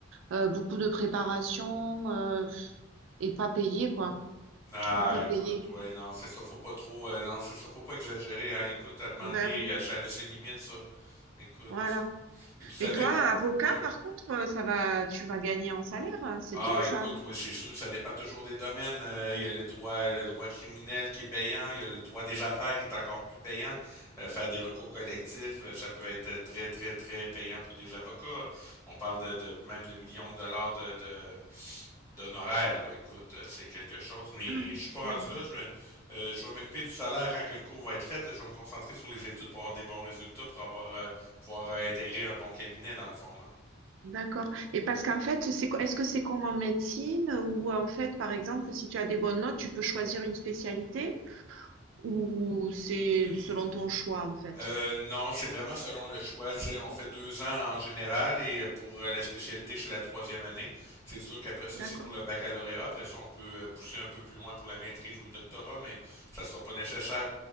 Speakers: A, on the right; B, on the left.
A: euh, beaucoup de préparation, euh, et pas payé, quoi.
B: Ah,
A: Trop peu
B: écoute,
A: payé.
B: ouais, non, c'est ça, faut pas trop, euh, non, c'est ça, faut pas exagérer, hein, écoute, à un moment
A: Ben
B: donné,
A: oui,
B: euh, ça a ses limites, ça, écoute.
A: voilà.
B: Puis tu savais
A: Et toi,
B: que,
A: avocat,
B: ouais,
A: par contre, euh, ça va, tu vas gagner en salaire, hein, c'est
B: Ah,
A: bien ça.
B: écoute, oui, c'est sûr, ça dépend toujours des domaines. Euh, il y a le droit, le droit criminel qui est payant, il y a le droit des affaires qui est encore plus payant. Euh, faire des recours collectifs, euh, ça peut être très, très, très payant pour des avocats. On parle de, de même de millions de dollars de, de d'honoraires, là. Écoute, euh, c'est quelque chose, mais
A: Ah,
B: je suis pas
A: ouais.
B: rendu là. Je me, euh, je vais m'occuper du salaire quand que le cours va être fait. Je vais me concentrer sur les études pour avoir des bons résultats, pour avoir, euh, pouvoir euh, intégrer un bon cabinet, dans le fond,
A: D'accord. Et parce qu'en fait, c'est, co- est-ce que c'est comme en médecine ou en fait, par exemple, si tu as des bonnes notes, tu peux choisir une spécialité ou c'est
B: hein.
A: selon ton choix en fait?
B: Euh, non, c'est vraiment selon le choix. Tu sais, on fait deux ans en général et euh, pour euh, la spécialité, c'est la troisième année. C'est sûr qu'après ça,
A: D'accord.
B: c'est pour le baccalauréat. Après ça, on peut euh, pousser un peu plus loin pour la maîtrise ou le doctorat, mais ça sera pas nécessaire.